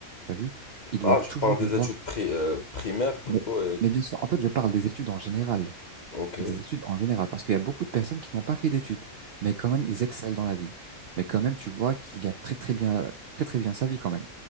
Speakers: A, on the right (about 70°); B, on the left (about 50°).
A: T'as vu? Il doit
B: Ah,
A: toujours
B: tu parles des
A: y voir.
B: études pri- euh, primaires plutôt,
A: Mais,
B: et...
A: mais bien sûr, en fait, je parle des études en général
B: Ok,
A: des études en général, parce qu'il y a beaucoup de personnes qui n'ont pas fait d'études, mais quand même, ils excellent dans la vie. Mais quand même, tu vois qu'il gagne très très bien, très très bien sa vie quand même.